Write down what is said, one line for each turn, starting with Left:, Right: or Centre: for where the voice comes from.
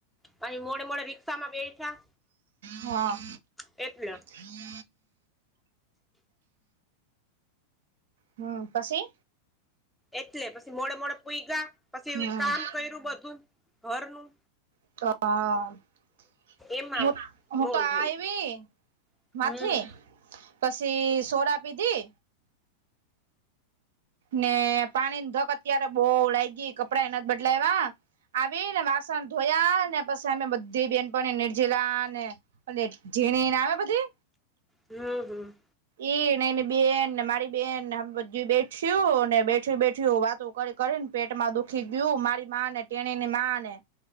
Centre: પછી મોડે મોડે રિક્ષામાં બેઠા.
Right: હા.
Centre: એટલે.
Right: <inaudible> <inaudible> હા પછી.
Centre: એટલે પછી મોડે મોડે પુઈગા પછી
Right: હમ
Centre: કામ કર્યું બધું ઘરનું.
Right: <unintelligible> <inaudible>
Centre: એમાં
Right: <unintelligible> હું
Centre: મોડું
Right: તો આઈવી
Centre: થઈ ગયું
Right: માથી
Centre: હમ
Right: પછી સોડા પીધી. ને પાણી ની તક અત્યારે બહૂ લાઈ ગઈ કપડાંય નથી બદલાવા. આવી ને વાસણ ધોયા ને પછી અમે બધી બેહેનપણી નિર્જીલા અને. અને જેને એને આવે બધી.
Centre: હું હું.
Right: એઈ ન એની બેનને મારી બેન બેઠ્યું ને બેઠ બેઠી વાતો કરી. કરીને પેટમાં દુખી ગયું મારી મા ને તેટેણી ની મા ને.